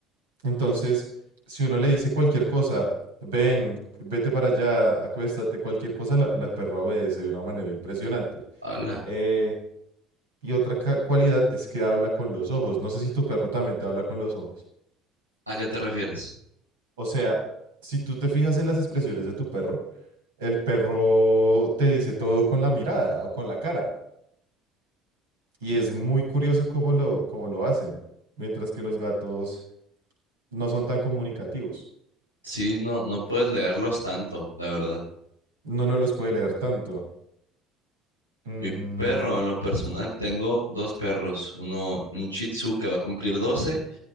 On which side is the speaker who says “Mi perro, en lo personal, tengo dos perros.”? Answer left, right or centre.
Right